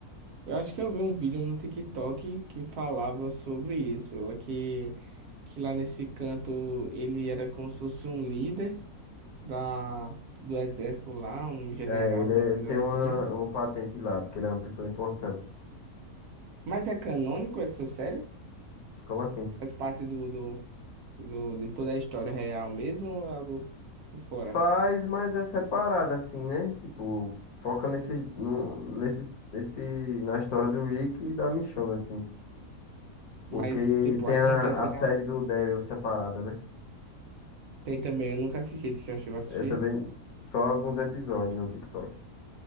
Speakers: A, on the right; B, on the left.
A: Eu acho que eu vi um vídeo no TikTok que falava sobre isso, lá que, que lá nesse canto ele era como se fosse um líder da, do exército lá, um general,
B: É, ele,
A: alguma
B: é-
A: coisa
B: ele tem
A: assim.
B: uma, uma patente lá, porque ele é uma pessoa importante.
A: Mas é canônico essa série?
B: Como assim?
A: Faz parte do, do, do- de toda a história real mesmo ou é algo por fora?
B: Faz, mas é separado, assim, né? Tipo, foca nesses, no, nesses, nesse, na história do Rick e da Michonne, assim. Porque
A: Mas, tipo,
B: tem
A: acontece
B: a, a série
A: em
B: do Daryl separada, né?
A: Tem também, eu nunca assisti. Tu já chegou a assistir?
B: É também só alguns episódios no TikTok.